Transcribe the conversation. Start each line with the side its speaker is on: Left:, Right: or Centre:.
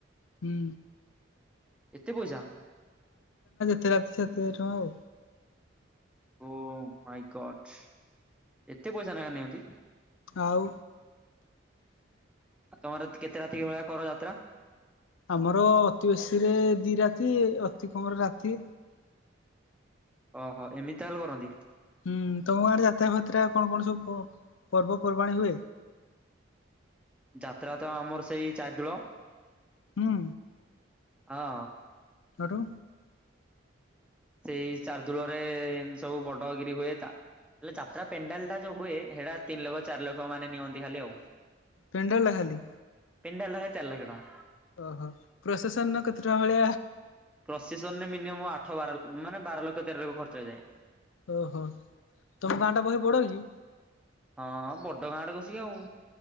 Left: ହୁଁ।
Centre: ଏତେ ପଇସା?
Left: ଏତେ ରାତି ସେତେ ଟଙ୍କା ଆଉ।
Centre: ଓ ମାଇ ଗଡ୍ ଏତେ ପଇସା ନେଖା ନିଅନ୍ତି?
Left: ଆଉ
Centre: ଆଉ ତମର କେତେ ରାତି ଭଳିଆ କର <inaudible>
Left: ଆମର ଅତି ବେଶୀ ରେ ଦି ରାତି ଅତି କମରେ ରାତି
Centre: ଓହୋ ଏମିତି ତାହେଲେ କରନ୍ତି।
Left: ହୁଁ, ତମ ଗାଁରେ ଯାତ୍ରାଫାତ୍ରା, କଣ କଣ ସବୁ ପର୍ବପର୍ବାଣି ହୁଏ?
Centre: ଯାତ୍ରା ତ ଆମର ସେଇ ଚାରି ଦୋଳ
Left: ହଁ।
Centre: ହଁ।
Left: କଠୁ
Centre: ସେଇ ଚାରିଦୁଳରେ ସବୁ ବଡଗିରି ହୁଏ ତା ହେଲେ ଯାତ୍ରା ପେଣ୍ଡାଲ ଟା ଯୋଉ ହୁଏ, ସେଇଟା ତିନଲକ୍ଷ ଚାରିଲକ୍ଷ ମାନେ ନିଅନ୍ତି ଖାଲି ଆଉ।
Left: ପେଣ୍ଡା ଲହାଲି
Centre: ପିଣ୍ଡାଲାହେ ଚାଲକ୍ୟ ତାଙ୍କ
Left: ଓହୋ ପ୍ରଶାସନ ନ କତଟ ହଳି
Centre: ପ୍ରସିେସନରେ ମିନିମମ୍ ଆଠ ବାର ମାନେ ବାର ଲକ୍ଷ ତେର ଲକ୍ଷ ଖର୍ଚ୍ଚ ହେଇଯାଏ।
Left: ଓହୋ ତମ ଗାଁ ଟା ବହେ ବଡ କି?
Centre: ହଁ ବଡ ଗାଁଡେ ଖସିକି ଆଉ।